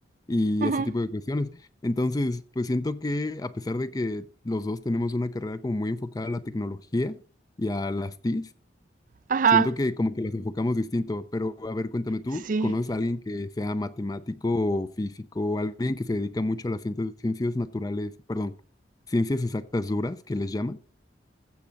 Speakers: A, on the left (about 20°); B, on the right (about 45°).
A: y
B: uh
A: ese
B: -huh.
A: tipo de cuestiones. Entonces, pues siento que a pesar de que los dos tenemos una carrera como muy enfocada a la tecnología y a las TICs,
B: ajá,
A: Siento que como que las enfocamos distinto, pero a ver, cuéntame tú,
B: sí.
A: ¿conoces a alguien que sea matemático o físico, alguien que se dedica mucho a las ciencias, ciencias naturales, perdón, ciencias exactas duras, que les llaman?